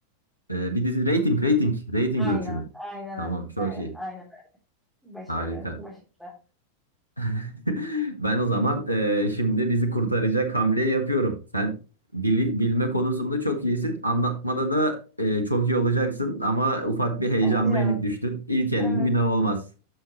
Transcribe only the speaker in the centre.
Aynen,
aynen
öyle.
Aynen. Başarı,
başarılı
Olacağız.
Evet,